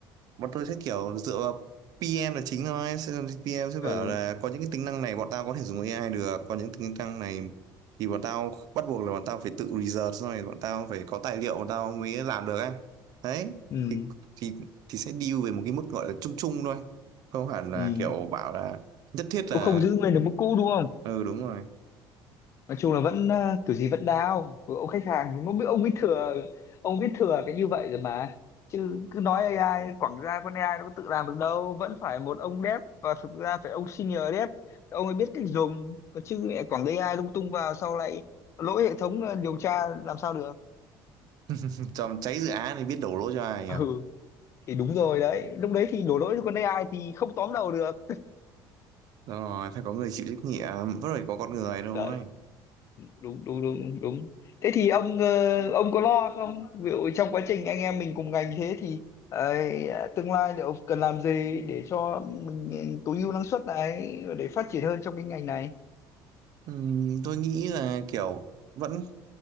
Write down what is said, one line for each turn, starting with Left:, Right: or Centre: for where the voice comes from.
Right: bọn tôi sẽ kiểu dựa vào PM là chính thôi sẽ- PM sẽ bảo
Left: ừ
Right: là có những cái tính năng này bọn tao có thể dùng AI được có những tính năng này thì bọn tao bắt buộc là bọn tao phải tự research xong rồi bọn tao phải có tài liệu bọn tao mới làm được ấy đấy
Left: ừ
Right: thì thì thì sẽ deal về một cái mức gọi là chung chung thôi không hẳn là
Left: ừ.
Right: kiểu bảo là nhất thiết
Left: cũng
Right: là
Left: không giữ nguyên được mức cũ đúng không
Right: ừ đúng rồi
Left: nói chung là vẫn à, kiểu gì vẫn đao Với ông khách hàng nó biết ông biết thừa ông biết thừa cái như vậy rồi mà chứ cứ nói AI quảng ra con AI nó có tự làm được đâu vẫn phải một ông dev và thực ra phải ông senior dev ông ấy biết cách dùng còn chứ mẹ quảng AI lung tung vào sau lại lỗi hệ thống ờ, điều tra làm sao được
Right: <laughs> trong cháy dự án thì biết đổ lỗi cho ai
Left: ừ
Right: à
Left: thì đúng rồi đấy lúc đấy thì đổ lỗi cho con AI thì không tóm đầu được
Right: đúng rồi phải có người chịu trách nhiệm vẫn phải có con người thôi
Left: đấy đúng đúng đúng đúng thế thì ông ờ, ông có lo không ví dụ trong quá trình anh em mình cùng ngành thế thì ờ, tương lai liệu cần làm gì để cho mình ừ, tối ưu năng suất này để phát triển hơn trong cái ngành này
Right: Ừm, tôi nghĩ là kiểu vẫn